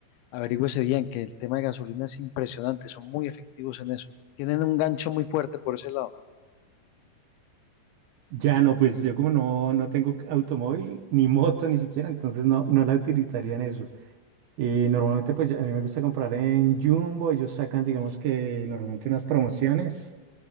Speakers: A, on the left (about 80°); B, on the right (about 80°).
A: Averígüese bien que el tema de gasolina es impresionante, son muy efectivos en eso. Tienen un gancho muy fuerte por ese lado.
B: Ya no, pues yo como no, no tengo automóvil ni moto ni siquiera, entonces no, no la utilizaría en eso. Eh, normalmente pues ya- a mí me gusta comprar en Jumbo, ellos sacan digamos que normalmente unas promociones